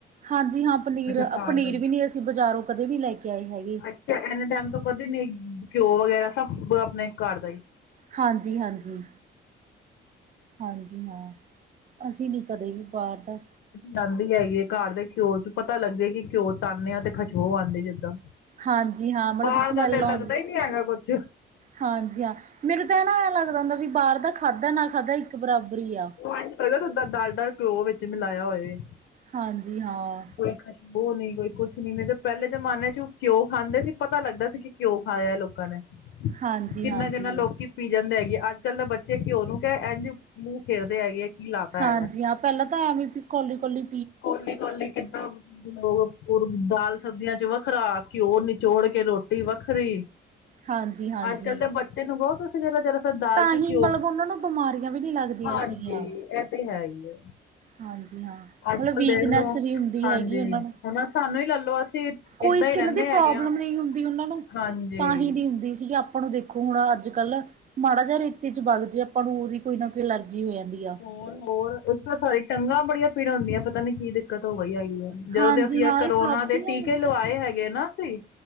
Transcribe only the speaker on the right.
ਹਾਂਜੀ ਹਾਂ ਪਨੀਰ-ਪਨੀਰ
ਵੀ ਨੀਂ ਅਸੀਂ ਬਾਜ਼ਾਰੋਂ ਕਦੇ ਵੀ ਲੈ ਕੇ ਆਏ ਹੈਗੇ।
ਹਾਂਜੀ-ਹਾਂਜੀ। ਹਾਂਜੀ ਹਾਂ ਅਸੀਂ ਨੀ ਕਦੇ ਵੀ ਬਾਰ ਦਾ
ਹਾਂਜੀ ਹਾਂ ਮਤਲਬ
ਸਮੈਲ
ਆਉਂਦੀ
ਹਾਂਜੀ ਹਾਂ ਮੈਨੂੰ ਤਾਂ ਨਾ ਐ ਲੱਗਦਾ ਹੁੰਦਾ ਵੀ ਬਾਰ ਦਾ ਖਾਧਾ ਨਾ ਖਾਧਾ ਇੱਕ ਬਰਾਬਰ ਈ ਆ।
ਹਾਂਜੀ ਹਾਂ।
ਹਾਂਜੀ
ਹਾਂਜੀ
ਹਾਂਜੀ ਹਾਂ ਪੈਲਾਂ ਤਾਂ ਐਵੇ ਵੀ ਕੋਲੀ-ਕੋਲੀ
ਹਾਂਜੀ ਹਾਂਜੀ
ਤਾਂ
ਹੀ
ਮਤਲਬ ਉਹਨਾਂ ਨੂੰ ਬਿਮਾਰੀਆਂ ਵੀ ਨਹੀਂ ਲੱਗਦੀਆਂ
ਸੀਗੀਆਂ
ਹਾਂਜੀ ਹਾਂ।
ਮਤਲਬ ਵੀਕਨੈਸ
ਵੀ ਹੁੰਦੀ
ਹੈਗੀ ਉਹਨਾਂ ਨੂੰ
ਕੋਈ
ਸਕਿੰਨ
ਦੀ
ਪ੍ਰੋਬਲਮ
ਨੀ ਹੁੰਦੀ ਓਨਾਂ ਨੂੰ
ਤਾਂਹੀ ਨੀ ਹੁੰਦੀ ਸੀਗੀ ਆਪਾਂ ਨੂੰ ਦੇਖ ਹੁਣ ਅੱਜ-ਕੱਲ ਮਾੜਾ ਜਾ ਰੇਤੇ ਚ ਬਾਗ ਜੇ ਆਪਾਂ ਨੂੰ ਹੋਰ ਈ ਕੋਈ ਨਾ ਕੋਈ ਅਲਰਜੀ ਹੋ ਜਾਂਦੀ। ਆ
ਹਾਂਜੀ
ਹਾਂ
ਇਹ ਸਭ ਦੀਆਂ